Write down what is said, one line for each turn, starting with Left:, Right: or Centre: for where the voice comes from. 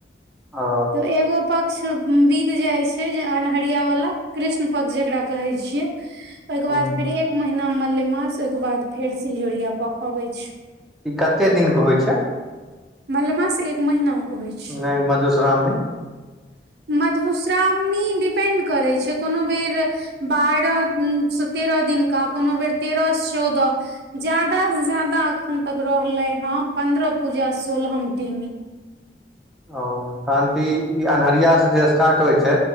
Centre: ओ
Right: एगो पख सब बीत जाय छै अन्हरिया वाला कृष्ण पक्ष जेकरा कहे छियै ओहिके
Centre: हूँ
Right: बाद फेर एक महिना मलेमास ओहिके बाद फेर से इजोरिया पख अबैत छै
Centre: ई कते दिन के होइ छै
Right: मलेमासँ एक महिनाके होइत छै
Centre: नहि मधुश्रावणी
Right: मधुश्रावणी डिपेन्ड करैत छै कोनो बेर बारह तेरो दिनका कोनो बेर तेरह चौदह ज्यादा से ज्यादा अखन तक रहले हँ पन्द्रह पूजा सोलहम टेमी
Centre: ओ तहन त ई ई अन्हरिया से जे स्टार्ट होइ छै